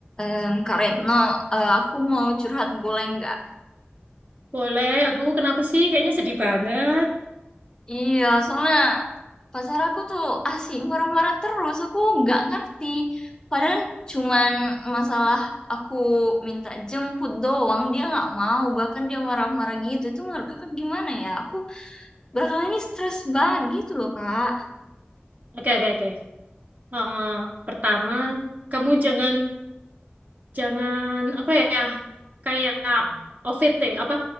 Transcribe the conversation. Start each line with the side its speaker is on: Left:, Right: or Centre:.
Left: Em, Kak Retno, eh, aku mau curhat boleh nggak?
Right: Boleh. Aduh, kenapa sih? Kayaknya sedih banget.
Left: Iya, soalnya pacar aku tuh asik marah-marah terus. Aku nggak ngerti. Padahal cuman masalah aku minta jemput doang, dia nggak mau. Bahkan dia marah-marah gitu. Itu menurut kakak gimana ya? Aku belakangan ini stres banget gitu loh, Kak.
Right: Oke, oke, oke. Eh, pertama, kamu jangan jangan apa ya? Kayak OVT apa?